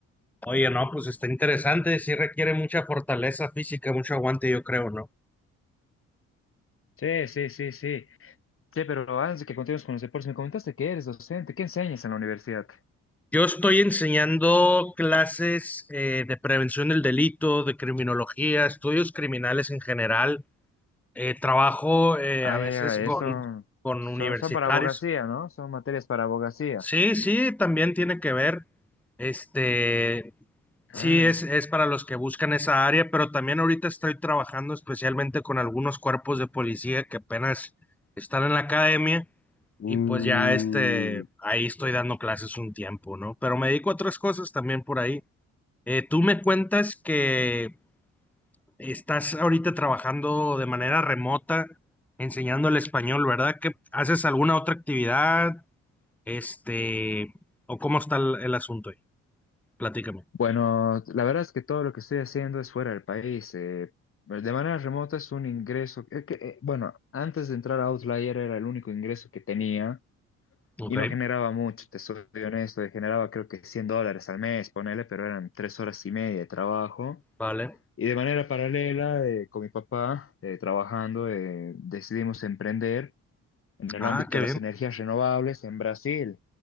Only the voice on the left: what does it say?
Sí, sí, sí, sí. Sí, pero antes de que continuemos con los deportes, me comentaste que eres docente. ¿Qué enseñas en la universidad?
Ah,
ya, ya,
eh, son,
son,
son para abogacía, ¿no? Son materias para abogacía.
Ah,
ya.
Mm,
Bueno, la verdad es que todo lo que estoy haciendo es fuera del país. eh, de manera remota es un ingreso. que- que, eh, bueno, antes de entrar a Outlier era el único ingreso que tenía
y no generaba mucho, te soy honesto. y Generaba creo que 100 dólares al mes, ponele, pero eran tres horas y media de trabajo.
Y de manera paralela, eh, con mi papá, eh, trabajando, eh, decidimos emprender en el
ámbito
de
las energías renovables en Brasil.